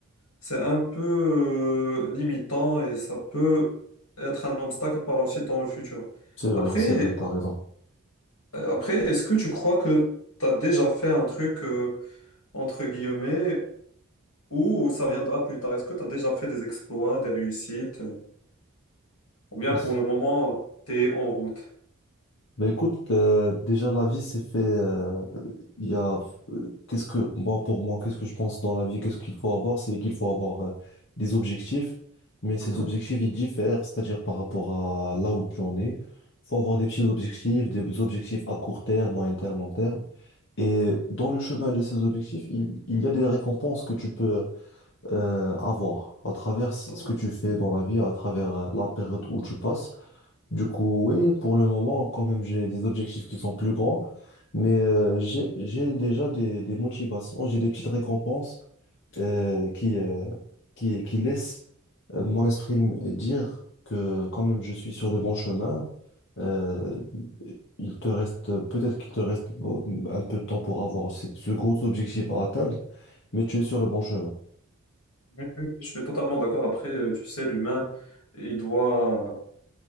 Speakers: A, on the left; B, on the left.
A: c'est un peu euh, limitant et ça peut être un obstacle par la suite dans le futur.
B: c'est vrai,
A: Après,
B: c'est vrai, t'as raison.
A: euh, après, est-ce que tu crois que tu as déjà fait un truc, euh, entre guillemets, ou ça viendra plus tard? Est-ce que tu as déjà fait des exploits, des réussites, euh, ou bien
B: Et c-
A: pour le moment, tu es en route?
B: Ben écoute, euh, déjà la vie c'est fait. euh, Il y a euh, qu'est-ce que moi pour moi, qu'est-ce que je pense dans la vie, qu'est-ce qu'il faut avoir, c'est qu'il faut avoir euh, des objectifs, mais ces
A: Mhm,
B: objectifs ils diffèrent, c'est-à-dire par rapport à là où tu en es. faut avoir des petits objectifs, des objectifs à court terme, moyen terme, long terme. Et dans le chemin de ces objectifs, il, il y a des récompenses que tu peux euh, avoir à travers ce
A: mhm.
B: que tu fais dans la vie, à travers euh, la période où tu passes. Du coup, oui, pour le moment, quand même, j'ai des objectifs qui sont plus grands, mais euh, j'ai, j'ai déjà des, des motivations, j'ai des petites récompenses euh, qui, euh, qui, qui laissent euh, mon esprit me dire que quand même, je suis sur le bon chemin. Euh, il te reste, peut-être qu'il te reste bon, un peu de temps pour avoir cette- ce gros objectif à atteindre, mais tu es sur le bon chemin.
A: Oui, oui, Je suis totalement d'accord. Après, euh, tu sais, l'humain, il doit,